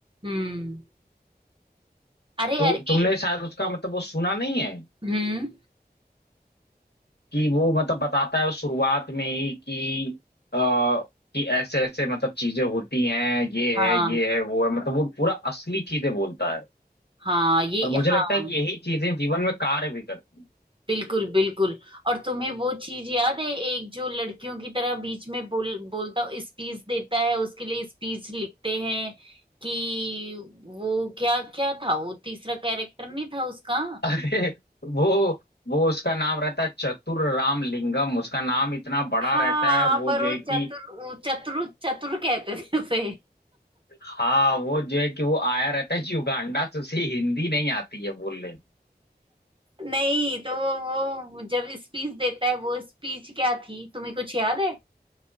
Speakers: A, on the right (about 30°); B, on the left (about 75°).
A: हम्म अरे
B: तो
A: अरे
B: तुमने
A: ए-
B: शायद उसका मतलब वो सुना नहीं है
A: हम्म
B: कि वो मतलब बताता है शुरुआत में ही कि आ, कि ऐसे ऐसे मतलब चीजें होती हैं ये
A: हाँ
B: है ये है वो है मतलब वो पूरा असली चीजें बोलता है
A: हाँ ये
B: और मुझे
A: हाँ
B: लगता है कि यही चीजें जीवन में कार्य भी करती
A: बिल्कुल बिल्कुल और तुम्हें वो चीज याद है एक जो लड़कियों की तरह बीच में बोल बोलता स्पीच देता है उसके लिए स्पीच लिखते हैं कि वो क्या क्या था वो तीसरा कैरेक्टर नहीं था उसका
B: हैं। <laughs> अरे वो वो उसका नाम रहता है चतुर राम लिंगम उसका नाम इतना बड़ा
A: हाँ
B: रहता है और वो
A: पर
B: जो
A: वो
B: है कि
A: चतुर वो चतुर चतुर कहते थे उसे
B: हाँ वो जो है कि वो आया रहता है युगांडा से उसे हिंदी नहीं आती है बोलने
A: नहीं तो वो वो जब स्पीच देता है वो स्पीच क्या थी तुम्हें कुछ याद है